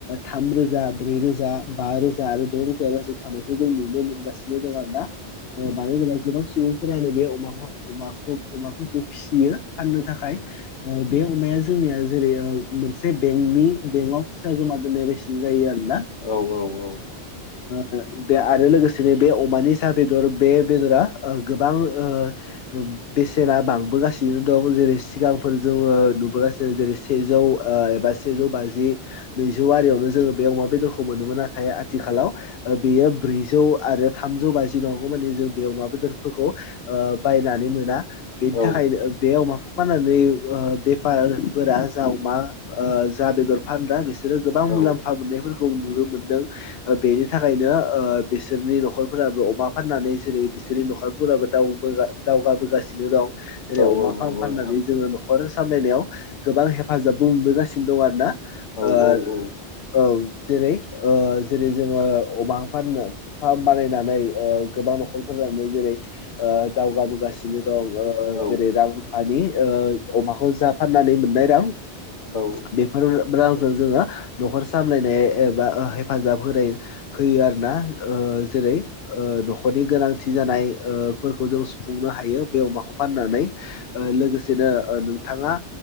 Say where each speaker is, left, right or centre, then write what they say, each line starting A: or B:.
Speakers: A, on the left; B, on the left.
A: थाम रोजा रोजा ब्रै रोजा बा रोजा आरो द' रोजायावलासै थानायखौ जों नुनो मोनगासिनो दं आरोना मानो होनोबा गोबां सुबुंफोरानो बे अमा अमाखौ अमाफोरखौ फिसियो फाननो थाखाय ओ बे अमाया जोंनिया जेरै मोनसे बेंकनि बेंकव फैसा जमा दोननाय बायसि जायो आरो
B: औ औ औ
A: ओ बे आरो लोगोसेनो बे अमानि स बेदर बे बेदरा ओ गोबां ओ बेसेना बांबोगासिनो दं जेरै सिगां फोर जोङो नुबोगासिनो जेरै सेजौ एबा सेजौ बाजि नैजौ आरियावनो जोङो बे अमा बेदरखौ मोनोमोन नाथाय आथिखालाव बेयो ब्रैजौ आरो थामजौ बाजिनाव जों बे अमा बेदरफोरखौ ओ बायनानै मोना बेनि
B: औ
A: थाखायनो बे अमा फाननानै ओ बेफारफोरा जा ओ अमा जा बेदर फानग्रा बिसोर बिसोरो गोबां
B: औ
A: मुलाम्फा मोन्नायफोरखौ नुनो मोनदों बेनि थाखायनो ओ बिसोरनि न'खरफोराबो अमा फाननानै जेरै बिसोरनि न'खर फोराबो दावगाबोगासिनो दं जेरै
B: औ
A: अमा
B: औ
A: फारम
B: नंगौ
A: फाननानै
B: नोंथां
A: जोङो हखरां सामलायनायाव गोबां हेफाजाबबो मोनबोगासिनो दं आरो ना
B: औ
A: ओ
B: औ औ
A: औ जेरै ओ जेरै जोङो अबां फननो फार्म बानायनानै ओ‌गोबां न'खरफोरानो जेरै ओ‌ दावगाबोगासिनो दं। ओ
B: औ
A: जेरै राम रुफानि ओ अमाखौ जा फाननानै मोननाय रां
B: औ
A: बेफोर रां जो जोङो न'खर सामलायनाय एबा हेफाजाब होनाय होयो आरोना ओ जे जेरै ओ न'खरनि गोनांथि जानायफोरखौ ओ‌जों सुफुंनो हायो बे अमाखौ फाननानै। ओ लोगोसेनो ओ‌ नोंथाङा